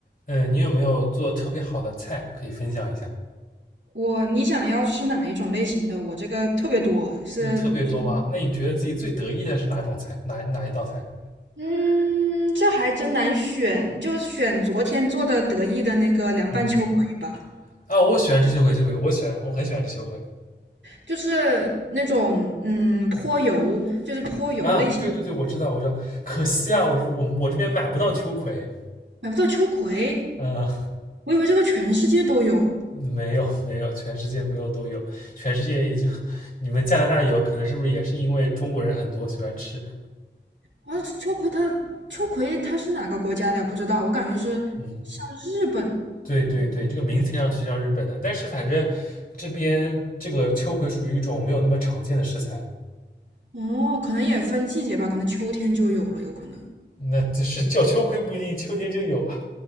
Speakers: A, on the left; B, on the right.
A: 嗯，你有没有做的特别好的菜可以分享一下？
B: 我你想要吃哪一种类型的？我这个特别多，是，
A: 嗯，特别多吗？
B: 对，
A: 那你觉得自己最得意的是哪种菜？哪哪一道菜？
B: 嗯，这还真难选，就选昨天做的得意的那个凉拌秋葵吧，
A: 嗯，啊，我喜欢吃秋葵，秋葵，我喜欢，我很喜欢吃秋葵。
B: 就是那种嗯泼油，就是泼油类型。
A: 啊，对对对，我知道，我知道。可惜啊，我这我我这边买不到秋葵。
B: 买不到秋葵，
A: 嗯，
B: 我以为这个全世界都有。
A: 没有没有，全世界没有都有，全世界也就你们加拿大有，可能是不是也是因为中国人很多喜欢吃？
B: 啊，这秋葵它秋葵它是哪个国家的呀不知道，我感觉是像日本，
A: 嗯，对对对，
B: 嗯，
A: 这个名字听上去像日本的，但是反正这边这个秋葵属于一种没有那么常见的食材。
B: 哦，可能也分季节吧，可能秋天就有了，有可能。
A: 那这是叫秋葵不一定秋天就有啊。